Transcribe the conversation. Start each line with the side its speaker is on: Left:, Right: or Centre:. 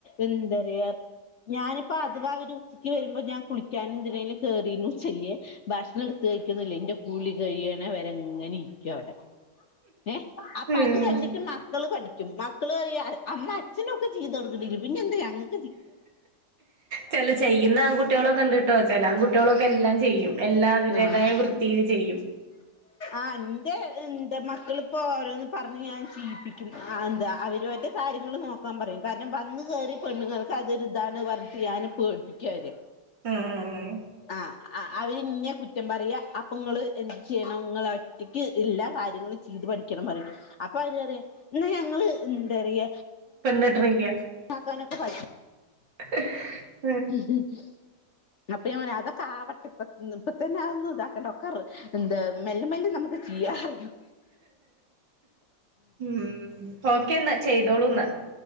Left: എന്തറിയ? ഞാനിപ്പോ അതവാ ഇവരു ഉച്ചക്ക് വരുമ്പോ ഞാൻ കുളിക്കാൻ എന്തിനേലും കേറീന്ന് വെച്ച ല്ല്യെ ഭക്ഷണം എടുത്ത് കഴിക്കൊന്നുല്ലാ ഇന്റെ കൂളി കഴിയണെ വരെങ്ങനെ ഇരിക്കു അവിടെ. ഏഹ് അപ്പൊ
Right: ഉം
Left: അത് കണ്ടിട്ട് മ മക്കൾ പഠിക്കും, മക്കൾ പറയുക അമ്മ അച്ഛനൊക്കെ ചെയ്ത് കൊടുക്ക്ണ്ട് എങ്കി പിന്നെ എന്താ ഞങ്ങ-
Right: ചല ചെയ്യുന്ന ആൺകുട്ട കുട്ടികളൊക്കെണ്ട്ട്ടോ, ചെല ആണ്കുട്ടികളൊക്കെ എല്ലാം ചെയ്യും, എല്ലാം അവരേതായ
Left: ആഹ്
Right: വൃത്തീല് ചെയ്യും.
Left: ആഹ് ൻ എ മക്കളിപ്പോ ഓരോന്ന് പറഞ്ഞ് ഞാൻ ചീലിപ്പിക്കും, ആ എന്താ അവനോന്റെ കാര്യങ്ങൾ നോക്ക ക്കാൻ പറയും കാരണം വന്ന് കേറിയ പെണ്ണുങ്ങൾക്ക് അതൊരിതാണ് പറഞ്ഞിട്ട് ഞാന് പേട്പിക്കൊവരെ.
Right: ഉം
Left: ആ ആഹ് അവര് ഇന്നെ കുറ്റം പറയ അപ്പൊങ്ങള് ന്ത് ചെയ്യണം നിങ്ങൾ എല്ലാ കാര്യങ്ങളും ചെയ്തു പഠിക്കണം പറയും. അപ്പൊ അവര് പറിയ ഇന്ന ഞങ്ങള് എന്താ റിയ
Right: പെണ്ണെട്ട്ണില്ല
Left: സാധനൊക്കെ വാരിടും
Right: <unintelligible>
Left: <unintelligible> അപ്പൊ ഞാൻ പറഞ്ഞു അതൊക്കെ ആവട്ടെ ഇപ്പ ഇപ്പ തന്നെ അതൊന്നും ഇതാക്കണ്ട, ഒക്കെ എന്ത മെല്ലെ മെല്ലെ നമുക്ക് <unintelligible>
Right: ഉം, ഓക്കേ ന്നാ, ചെയ്തോളൂ ന്നാ.